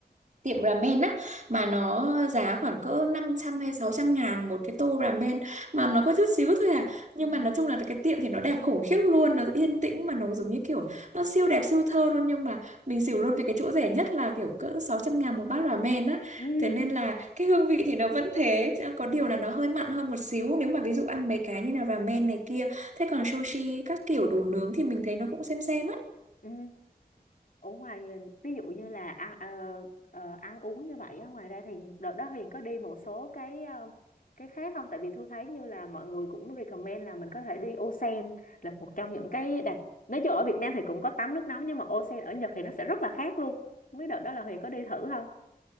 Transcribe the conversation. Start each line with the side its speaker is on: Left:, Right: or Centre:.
Right: tiệm ramen á mà nó giá khoảng cỡ 500 hay 600 ngàn một cái tô ramen mà nó có chút xíu thôi à nhưng
Left: Ừ.
Right: mà nói chung là cái tiệm thì nó đẹp khủng khiếp luôn nó yên tĩnh mà nó giống như kiểu nó siêu đẹp siêu thơ luôn nhưng mà mình xỉu luôn vì cái chỗ rẻ nhất là kiểu cỡ 600 ngàn một bát ramen á
Left: ừ
Right: thế nên là cái hương vị thì nó vẫn thế chứ có
Left: Ừ.
Right: điều là nó hơi mặn hơn một xíu nếu mà ví dụ ăn mấy cái như là ramen này kia thế còn sushi các kiểu đồ nướng thì mình thấy nó cũng xem xem á
Left: Ừ. ở ngoài ví dụ như là ăn ờ, ờ, ăn uống như vậy á ngoài ra thì đợt đó Huyền có đi một số cái ờ, cái khác không tại vì Thu thấy như là mọi người cũng recommend là mình có thể đi Osen là một trong những cái đặc nói chung ở Việt Nam thì cũng có tắm nước nóng nhưng mà Osen ở Nhật thì nó sẽ rất là khác luôn không biết đợt đó là Huyền có đi thử không